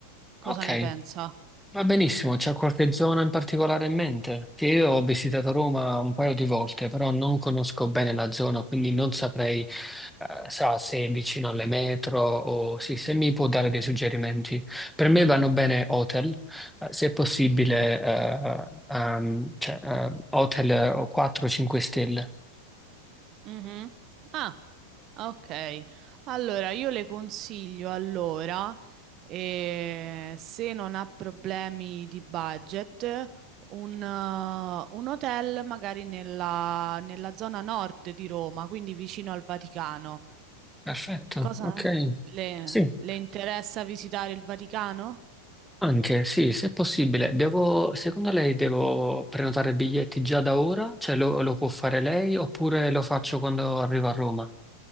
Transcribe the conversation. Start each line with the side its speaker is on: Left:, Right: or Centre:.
Right: Cosa
Centre: ok.
Right: ne pensa?
Centre: Va benissimo, c'è qualche zona in particolare in mente? Che io ho visitato Roma un paio di volte, però non conosco bene la zona, quindi non saprei, eh, sa, se è vicino alle metro o sì, se mi può dare dei suggerimenti. Per me vanno bene hotel, eh, se è possibile, eh, ehm, cioè, eh, hotel eh, o 4-5 stelle.
Right: Mhm. Ah, ok. Allora, io le consiglio allora. e se non ha problemi di budget, un, eh, un hotel magari nella, nella zona nord di Roma, quindi vicino al Vaticano.
Centre: Perfetto,
Right: Cosa
Centre: ok.
Right: le,
Centre: Sì.
Right: le interessa visitare il Vaticano?
Centre: Anche, sì, se è possibile. Devo, secondo lei devo prenotare biglietti già da ora? Cioè lo, lo può fare lei oppure lo faccio quando arrivo a Roma?